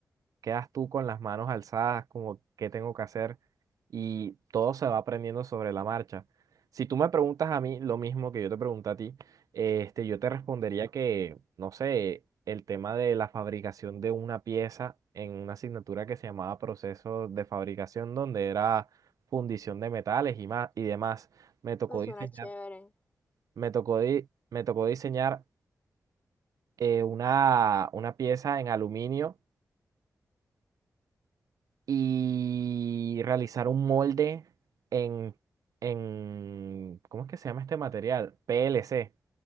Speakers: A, on the right; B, on the left.
A: quedas tú con las manos alzadas, como qué tengo que hacer, y todo se va aprendiendo sobre la marcha. Si tú me preguntas a mí lo mismo que yo te pregunté a ti, este, yo te respondería que, no sé, el tema de la fabricación de una pieza en una asignatura que se llamaba proceso de fabricación, donde era fundición de metales y más y demás, me tocó
B: eso suena
A: diseñar,
B: chévere.
A: me tocó di- me tocó diseñar eh, una, una pieza en aluminio y realizar un molde en, en, ¿cómo es que se llama este material? PLC,